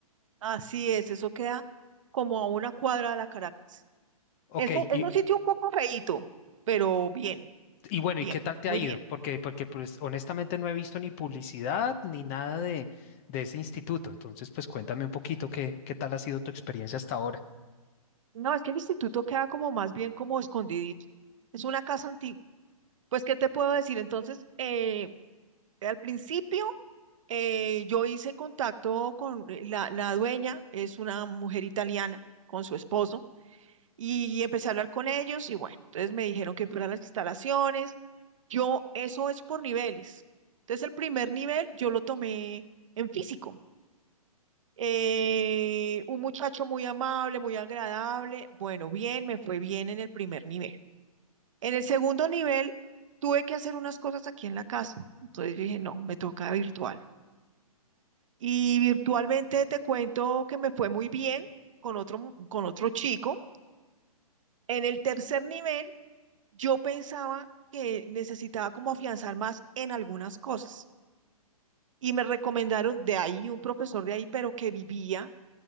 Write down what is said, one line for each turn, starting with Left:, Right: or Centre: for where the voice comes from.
Right: Así es, eso queda como a una cuadra de la Caracas.
Left: Ok,
Right: Es
Left: y,
Right: un,
Left: y-
Right: es un sitio un poco feíto, pero bien,
Left: y bueno, ¿y
Right: bien,
Left: qué tal te
Right: muy
Left: ha ido?
Right: bien.
Left: Porque, porque pues honestamente no he visto ni publicidad ni nada de, de ese instituto. Entonces, pues cuéntame un poquito qué, qué tal ha sido tu experiencia hasta ahora.
Right: No, es que el instituto queda como más bien como escondidito. Es una casa antigua. Pues, ¿qué te puedo decir? Entonces, eh, al principio eh, yo hice contacto con eh, la, la dueña, es una mujer italiana con su esposo, y empecé a hablar con ellos y bueno, entonces me dijeron que fuera a las instalaciones. Yo, eso es por niveles. Entonces el primer nivel yo lo tomé en físico. Eh, un muchacho muy amable, muy agradable. Bueno, bien, me fue bien en el primer nivel. En el segundo nivel tuve que hacer unas cosas aquí en la casa. Entonces yo dije, no, me toca virtual. Y virtualmente te cuento que me fue muy bien con otro, con otro chico. En el tercer nivel, yo pensaba que necesitaba como afianzar más en algunas cosas. Y me recomendaron de ahí un profesor de ahí, pero que vivía